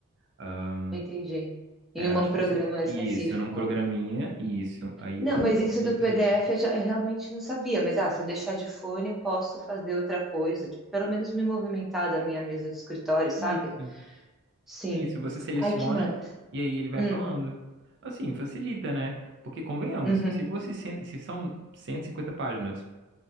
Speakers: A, on the right (about 55°); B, in the centre.
A: ah,
B: entendi.
A: É,
B: Em uma-
A: acho
B: um programa
A: que você. Isso,
B: específico.
A: num programinha, isso. Aí
B: Não,
A: o programinha
B: mas isso do
A: ia fazer
B: PDF
A: edição.
B: eu, já, eu realmente não sabia. Mas ah, se eu deixar de fone, eu posso fazer outra coisa. Tipo, pelo menos me movimentar da minha mesa do escritório, sabe?
A: Isso,
B: Sim.
A: isso. Você seleciona
B: Ai, que mais?
A: e aí ele vai
B: Hum,
A: falando. Assim, facilita, né? Porque, convenhamos,
B: uhum.
A: se fosse, cem- se são cento e cinquenta páginas.